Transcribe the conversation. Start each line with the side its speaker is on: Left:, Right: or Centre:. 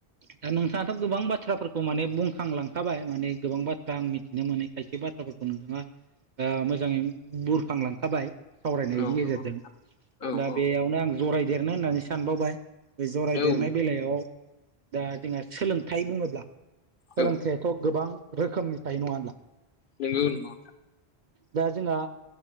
Right: दा नोंथाङाथ गोबां बाथ्रा बाथ्राफोरखौ माने बुंखांलांखाबाय माने गोबां बाथ्रा आं मिथिनो मोनै खायसे बाथ्राफोरखौ नोंथाङा ओ मोजाङै बुरखांलांखाबाय सावरायनायनि
Left: औ नंगौ
Right: गेजेरजों
Left: औ
Right: दा
Left: औ
Right: बेयावनो आं जरायदेरनो होननानै सानबावबाय बे जरायदेरनाय
Left: औ
Right: बेलायाव दा जोंहा सोलोंथाइ बुङोब्ला सोलोंथाइाथ
Left: औ
Right: गोबां रोखोमनि थायो नङा होनब्ला?
Left: नोंगौ नोंथां।
Right: दा जोंहा